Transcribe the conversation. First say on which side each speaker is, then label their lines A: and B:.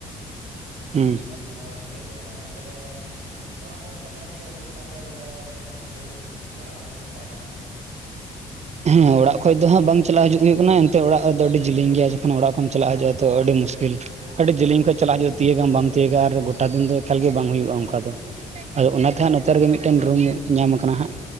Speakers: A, on the right; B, on the right.
A: ᱦᱩᱸ
B: ᱟᱫᱚ ᱪᱮᱫ ᱠᱚ ᱢᱮᱱᱟ ᱛᱚᱵᱮ, ᱚᱲᱟᱜ ᱠᱷᱚᱡ ᱜᱮ ᱪᱟᱞᱟᱣ ᱦᱩᱭᱩᱜ ᱠᱟᱱᱟ ᱥᱮ ᱵᱚᱞᱮ ᱨᱩᱢ ᱵᱷᱟᱲᱟ ᱠᱚᱨᱮᱢ ᱛᱟᱦᱮᱱᱚᱜ ᱠᱟᱱᱟ,
A: ᱦᱮᱸ ᱚᱲᱟᱜ ᱠᱷᱚᱡ ᱫᱚ ᱦᱟᱸᱟᱜ ᱵᱟᱝ ᱪᱟᱞᱟᱜ ᱦᱤᱡᱩᱜ ᱦᱩᱭᱩᱜ ᱠᱟᱱᱟ ᱮᱱᱛᱮ ᱚᱲᱟᱜ ᱨᱮᱫᱚ ᱟᱹᱰᱤ ᱡᱮᱞᱮᱧ ᱜᱮᱭᱟ ᱡᱚᱠᱷᱚᱱ ᱚᱲᱟᱜ ᱠᱷᱚᱱᱚ ᱮᱢ ᱪᱟᱞᱟᱜ ᱦᱤᱡᱩᱜᱼᱟ ᱛᱚ ᱟᱹᱰᱤ ᱢᱩᱥᱠᱤᱞ, ᱟᱹᱰᱤ ᱡᱮᱞᱤᱧ ᱠᱷᱚᱡ ᱪᱟᱞᱟᱜᱼᱟ ᱦᱤᱡᱩᱜ ᱛᱤᱭᱳᱜᱟᱢ ᱵᱟᱢ ᱛᱤᱭᱟᱹᱜᱟ ᱟᱨ ᱜᱚᱴᱟ ᱫᱤᱱ ᱫᱚ ᱮᱠᱟᱞᱜ ᱜᱮ ᱵᱟᱝ ᱦᱩᱭᱩᱜᱼᱟ ᱚᱱᱠᱟ ᱫᱚ ᱟᱫᱚ ᱚᱱᱟ, ᱟᱜ ᱱᱚᱛᱮ ᱨᱮᱜᱮ ᱢᱤᱫᱴᱮᱱ
B: ᱦᱮᱸ
A: ᱨᱩᱢ ᱧᱟᱢ ᱟᱠᱟᱱᱟ ᱦᱟᱸᱜ